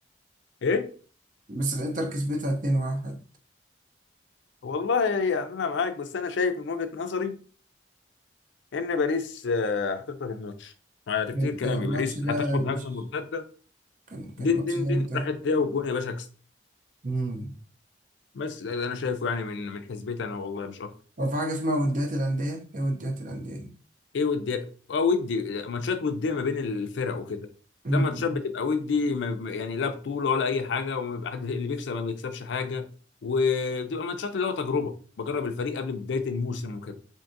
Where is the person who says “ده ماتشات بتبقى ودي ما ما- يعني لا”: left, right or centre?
Left